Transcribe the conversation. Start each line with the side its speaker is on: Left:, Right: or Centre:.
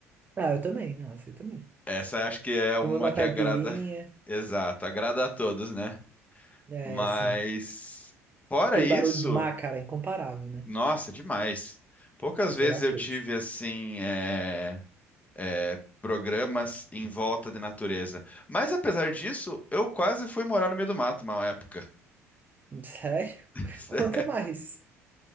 Right: Ah, eu também, não, eu também.
Left: Essa acho que é uma
Right: Tomando uma
Left: que
Right: caipirinha,
Left: agrada, <laughs> exato, agrada a todos, né?
Right: é
Left: Mas
Right: assim.
Left: fora
Right: Aquele
Left: isso,
Right: barulho do mar, cara, é incomparável, né?
Left: nossa, demais. Poucas
Right: É terapêutico.
Left: vezes eu tive assim é, é, programas em volta de natureza. Mas apesar disso, eu quase fui morar no meio do mato uma época.
Right: Sério?
Left: <laughs>
Right: <laughs> Conta mais.